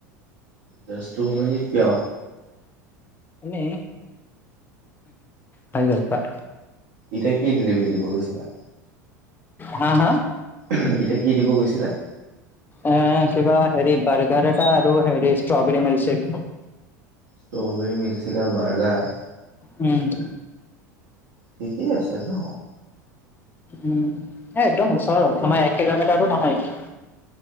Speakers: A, on the right; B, on the left.
A: Just two মিনিটত কিয়?
B: নে হৈ গ'ল কোৱা?
A: এতিয়া কি ডেলিভাৰী দিব গৈছিলা?
B: হা হা
A: এতিয়া কি দিব গৈছিলা?
B: এ কিবা হেৰি বাৰ্গাৰ এটা আৰু হেৰি ষ্ট্ৰবৰী মিল্কশেক।
A: ষ্ট্ৰবেৰী মিল্কশেক আৰু বাৰ্গাৰ।
B: উম।
A: ঠিকেই আছে ন।
B: উম, এ একদম ওচৰত তোমাৰ এক কিলোমিতাৰো নহয়।